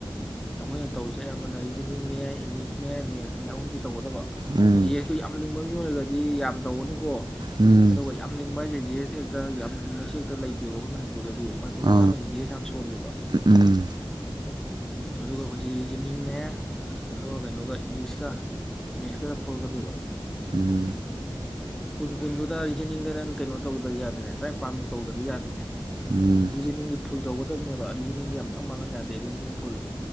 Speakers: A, in the centre; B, on the right.
A: ꯑꯩꯈꯣꯏꯅ ꯇꯧꯔꯤꯁꯦ ꯑꯌꯥꯝꯕꯅ ꯔꯤꯖꯟꯅꯤꯡꯅꯦ ꯏꯪꯂꯤꯁꯅꯦ ꯃꯦꯠꯁꯅꯦ ꯑꯍꯨꯝꯁꯤ ꯇꯧꯒꯗꯕ
B: ꯎꯝ
A: ꯖꯤ ꯑꯦꯁꯇꯣ ꯌꯥꯝ ꯂꯤꯡ ꯃꯤ ꯑꯣꯏꯔꯒꯗꯤ ꯌꯥꯝ ꯇꯧꯕꯥꯅꯤꯀ‌ꯣ
B: ꯎꯝ
A: ꯑꯗꯨꯒ ꯌꯥꯝ ꯂꯤꯡꯕ ꯍꯥꯏꯁꯦ꯫ ꯖꯤ ꯑꯦꯁ ꯍꯦꯛꯇ ꯌꯥꯝ ꯂꯤꯡꯕꯕꯁꯦ ꯍꯦꯛꯇ ꯂꯩꯇꯦꯕ ꯑꯩꯈꯣꯏ ꯃꯅꯤꯄꯨꯔꯗꯗꯤ꯫ ꯃꯅꯤꯄꯨꯔ
B: ꯑꯥ
A: ꯃꯆꯥ ꯒꯩꯁꯦ ꯖꯤ ꯑꯦꯁ ꯌꯥꯝ ꯁꯣꯜꯂꯦꯕ
B: ꯎꯝ
A: ꯑꯗꯨꯒ ꯍꯧꯖꯤꯛ ꯔꯤꯖꯅꯤꯡꯅꯦ ꯑꯗꯨꯒ ꯀꯩꯅꯣꯒ ꯏꯪꯂꯤꯁꯀ ꯃꯦꯠꯁꯀꯗ ꯐꯨꯒꯠꯀꯗꯣꯏꯕ꯫
B: ꯎꯝ
A: ꯀꯨꯟ ꯀꯨꯟꯗꯨꯗ ꯔꯤꯖꯅꯤꯡꯗ ꯅꯪ ꯀꯩꯅꯣ ꯇꯧꯗ꯭ꯔꯗꯤ ꯌꯥꯗ꯭ꯔꯦ ꯇꯔꯥꯅꯤꯄꯥꯟꯃꯨꯛ ꯇꯧꯗ꯭ꯔꯗꯤ ꯌꯥꯗ꯭ꯔꯦ
B: ꯎꯝ
A: ꯔꯤꯖꯅꯤꯡꯒꯤ ꯐꯨꯜ ꯇꯧꯒꯗꯕꯅꯦꯕ ꯔꯤꯖꯅꯤꯡꯗꯤ ꯌꯥꯝꯄꯥꯛ ꯃꯥꯡꯍꯟ ꯌꯥꯗꯦ ꯔꯤꯖꯅꯤꯡ ꯐꯨꯜ